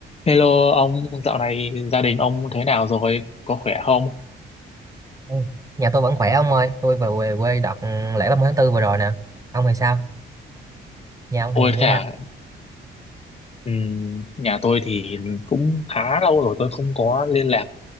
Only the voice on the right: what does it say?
Ừ. Nhà tôi vẫn khỏe ông ơi, tôi vừa về quê đợt ừ, lễ ba mươi tháng 4 vừa rồi nè. Ông thì sao? Nhà ông
thì như
thế nào?